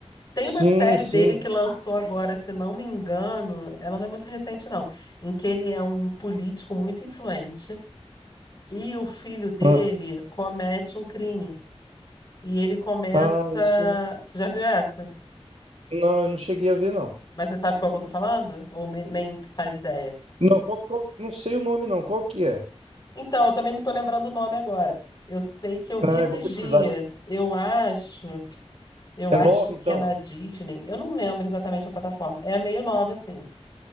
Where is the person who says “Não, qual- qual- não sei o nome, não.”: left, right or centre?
Right